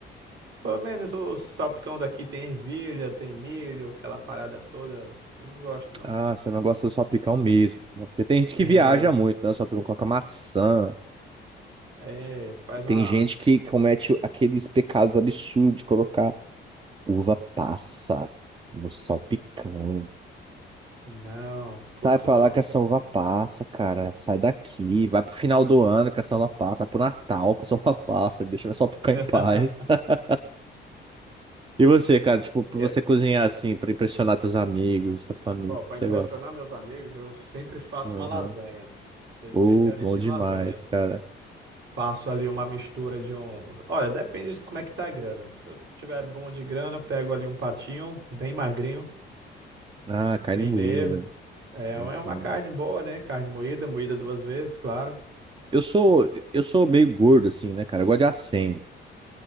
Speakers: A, on the right; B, on the right.
A: Pelo menos o salpicão daqui tem ervilha, tem milho, aquela parada toda. Eu não gosto, não.
B: Ah, você não gosta do salpicão mesmo, né? Porque tem gente
A: É,
B: que viaja muito, né? O salpicão coloca maçã.
A: é, faz
B: Tem
A: uma.
B: gente que comete aqueles pecados absurdos de colocar uva passa no salpicão.
A: Não,
B: Sai
A: curto
B: pra
A: não.
B: lá que a selva passa, cara. Sai daqui. Vai pro final do ano que a selva passa. Pro Natal que a selva passa. Deixa eu só ficar
A: <laughs>
B: em paz. <laughs> E você, cara? Tipo, pra
A: Eu-
B: você cozinhar assim, pra impressionar teus amigos, tua família,
A: ó,
B: o que
A: para
B: você
A: impressionar
B: gosta?
A: meus amigos, eu sempre faço
B: Aham.
A: uma lasanha. Sou especialista
B: Oh, bom demais,
A: em lasanha.
B: cara.
A: Faço ali uma mistura de um. Olha, depende de como é que tá a grana. Se eu tiver bom de grana, eu pego ali um patinho, bem magrinho,
B: Ah,
A: sem
B: carne moída.
A: nervo. É, é
B: Muito
A: uma
B: bom.
A: carne boa, né? Carne moída, moída duas vezes, claro.
B: Eu sou, eu sou meio gordo, assim, né, cara? Eu gosto de acém.